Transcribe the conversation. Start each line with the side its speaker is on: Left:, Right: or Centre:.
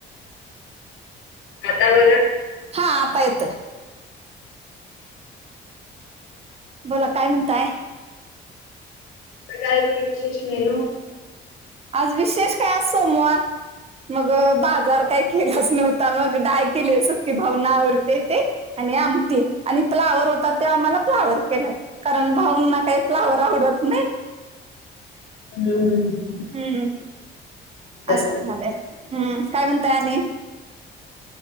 Left: आता बघा.
Right: हा आता येतोय. बोला काय म्हणताय?
Left: काय म विशेष मेनू?
Right: आज विशेष काय सोमवार. मग बाजार काही केलाच नव्हता मग डाळ केलीये सुकी भाऊना आवडते ते. आणि आमटी, आणि फ्लावर होता तो आम्हाला फ्लावर केलाय. कारण भाऊंना काहीच फ्लॉवर आवडत नाही.
Left: हम्म हम.
Right: हम्म, असं
Left: बर
Right: झालय, हम्म काय म्हणताय आणि?